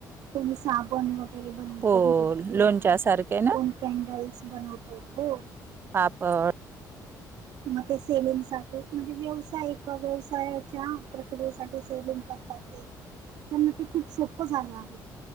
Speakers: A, on the right (about 75°); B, on the right (about 30°).
A: त्यां साबण व वगैरे बनवत
B: हो
A: घरी किंवा
B: लोणच्या सारखे ना
A: कोण कॅन्डल्स बनवतो हो
B: पापड.
A: मग ते सेलिंग साठी म्हणजे व्यवसायिक व्यवसायाच्या प्रक्रियेसाठी सेलिंग करतात ते त्यांना ते खूप सोपं झालं आहे